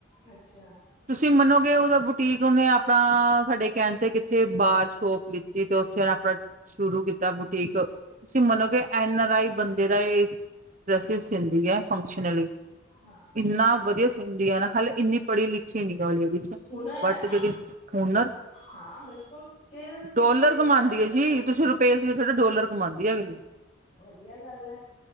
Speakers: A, on the left; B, on the right.
A: ਅੱਛਾ।
B: ਤੁਸੀਂ ਮੰਨੋਗੇ ਉਹਦਾ ਬੁਟੀਕ ਉਹਨੇ ਆਪ ਆਪਣਾ, ਸਾਡੇ ਕਹਿਣ ਤੇ ਕਿੱਥੇ ਬਾਹਾਰ ਛੋਪ ਲਿੱਤੀ ਤੇ ਉੱਥੇ ਆਪਣਾ ਸ਼ੁਰੂ ਕੀਤਾ ਬੁਟੀਕ, ਤੁਸੀਂ ਮੰਨੋ ਕਿ ਐਨ ਆਰ ਆਈ ਬੰਦੇ ਦਾ ਇਹ, ਡਰੈਸਿਸ ਸੀਂਦੀ ਹੈ ਫੰਕਸ਼ਨਲੀ।
A: ਹਾਂ
B: ਇੰਨਾ ਵਧੀਆ ਸਿੰਧੀ ਹੈ ਨਾ, ਹਾਲੇ ਇੰਨੀ ਪੜ੍ਹੀ ਲਿਖੀ ਨਹੀਂ, ਲਰੇਡੀ,
A: ਹੁਨਰ ਹੈ
B: ਬਟ
A: ਨਾ
B: ਜਿਹੜੀ ਹੁਨਰ
A: ਹਾਂ ਬਿਲਕੁਲ, ਸਕਿੱਲ ਕਿਸੇ
B: ਡੋਲਰ
A: ਵੀ
B: ਕਮਾਉਂਦੀ
A: ਤਰ੍ਹਾਂ
B: ਹੈ
A: ਦਾ।
B: ਜੀ ਤੁਸੀਂ ਰੁਪਏ ਦੀ ਛੱਡੋ, ਡੋਲਰ ਕਮਾਉਂਦੀ ਅਗਲੀ।
A: ਵਧੀਆ ਗੱਲ ਹੈ।